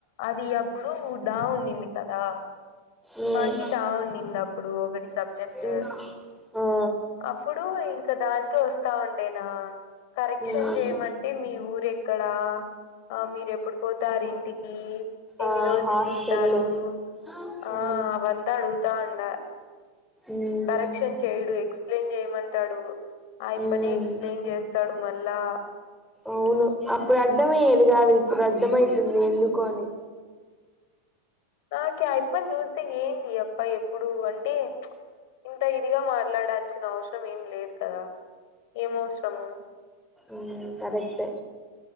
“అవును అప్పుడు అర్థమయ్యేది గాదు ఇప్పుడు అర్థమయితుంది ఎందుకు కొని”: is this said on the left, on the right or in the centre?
Centre